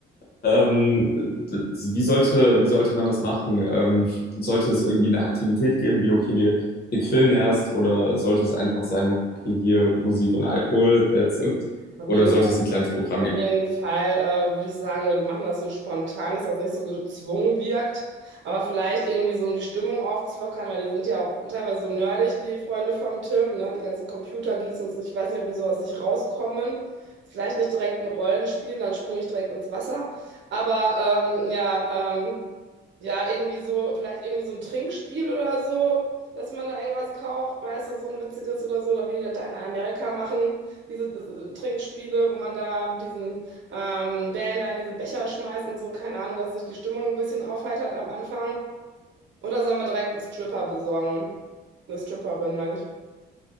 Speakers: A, on the left; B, on the right.
A: Ähm, d- d- wie sollte, wie sollte man das machen? Ähm, sollte es irgendwie eine Aktivität geben, wie, okay, wir, wir grillen erst, oder sollte es einfach sein, okay, hier Musik und Alkohol, that's it?
B: Auf
A: Oder
B: jeden
A: sollte es ein kleines Programm
B: Auf
A: geben?
B: jeden Fall äh, würde ich sagen, wir machen das so spontan, dass das nicht so gezwungen wirkt, aber vielleicht irgendwie so, um die Stimmung aufzulockern, weil die sind ja auch teilweise so nerdig, die Freunde vom Tim, ne? Die ganzen Computergeeks und so. Ich weiß nicht, ob die so aus sich rauskommen. Vielleicht nicht direkt ein Rollenspiel, dann springe ich direkt ins Wasser. Aber ähm, ja, ähm, ja, irgendwie so, vielleicht irgendwie so ein Trinkspiel oder so, dass man da irgendwas kauft, weißt du, so ein witziges oder so, oder wie die das da in Amerika machen diese äh, Trinkspiele, wo man da mit diesen ähm, Bällen da in diese Becher schmeißt und so, keine Ahnung, dass sich die Stimmung ein bisschen aufheitert am Anfang. Oder sollen wir direkt einen Stripper besorgen? Eine Stripperin, meine ich.